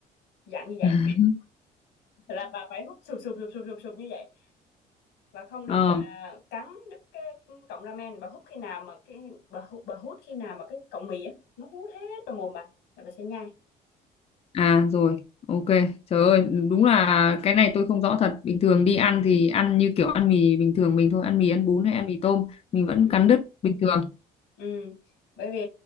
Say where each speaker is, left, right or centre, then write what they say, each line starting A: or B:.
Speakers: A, on the left; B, on the left.
A: dạng như vậy
B: <laughs>
A: là bà phải hút sụp sụp sụp sụp sụp sụp như vậy và không được
B: ờ
A: à, cắn đứt cái cọng ramen bà hút khi nào mà cái bà hút bà hút khi nào mà cái cọng mì á nó hút hết vào mồm bà là bà sẽ nhai
B: à rồi ok trời ơi đúng là cái này tôi không rõ thật bình thường đi ăn thì ăn như kiểu ăn mì bình thường mình thôi ăn mì ăn bún hay ăn mì tôm mình vẫn
A: ừ.
B: cắn đứt bình thường
A: Ừ, bởi vì